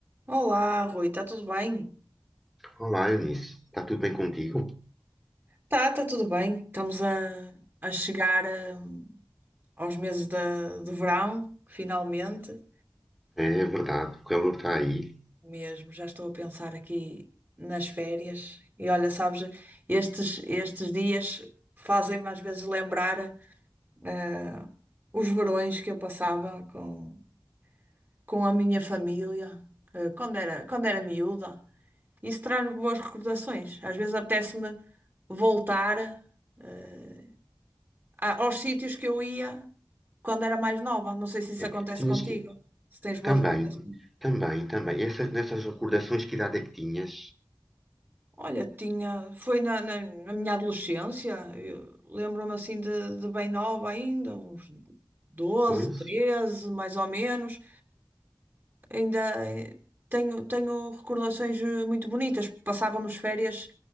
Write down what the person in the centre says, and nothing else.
Olá, Eunice. Está tudo bem contigo?
É verdade, o calor está aí.
É,
tinhas
que.
Também,
também, também. Essas, nessas recordações, que idade é que tinhas?
Pois,